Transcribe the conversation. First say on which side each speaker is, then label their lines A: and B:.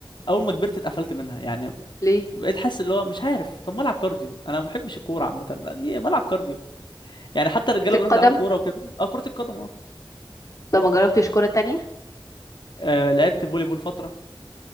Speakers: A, on the left; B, on the left.
A: اول ما كبرت اتقفلت منها يعني
B: ليه
A: بقيت حاسس اللي هو مش عارف طب ما العب كارديو انا ما بحبش الكوره عامه ليه ما العب كارديو يعني حتى الرجاله
B: كرة
A: بيروحوا
B: القدم
A: يلعبوا كوره وكده اه كره القدم اه
B: طب ما جربتش كرة تانية
A: آه، لعبت فولي بول فتره